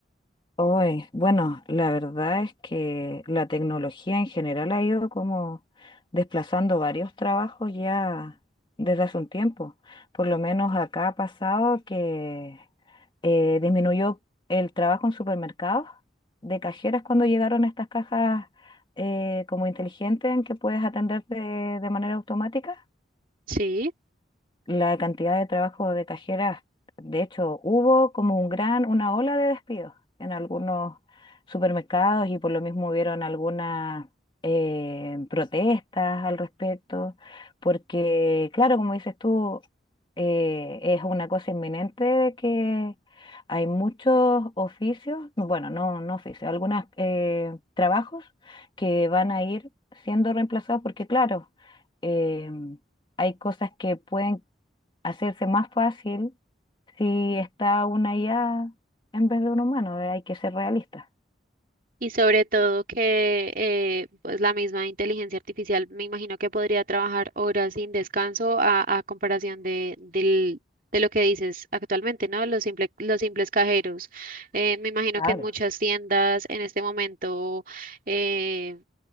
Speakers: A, on the left; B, on the right.
A: Hoy, bueno, la verdad es que la tecnología en general ha ido como desplazando varios trabajos ya desde hace un tiempo. Por lo menos acá ha pasado que eh, disminuyó el trabajo en supermercados de cajeras cuando llegaron estas cajas eh, como inteligentes en que puedes atender de de manera automática.
B: Sí,
A: la cantidad de trabajo de cajeras, de hecho, hubo como un gran, una ola de despidos en algunos supermercados y por lo mismo hubieron algunas eh, protestas al respecto, porque claro, como dices tú, eh, es una cosa inminente de que hay muchos oficios, bueno, no, no oficios, algunos trabajos que van a ir siendo reemplazados porque claro, em, hay cosas que pueden hacerse más fácil si está una IA en vez de un humano, eh, hay que ser realistas.
B: y sobre todo que eh, pues la misma inteligencia artificial me imagino que podría trabajar horas sin descanso a, a comparación de, del, de lo que dices actualmente, ¿no? Los simple- los simples cajeros. Eh, me imagino
A: Claro.
B: que en muchas tiendas en este momento eh,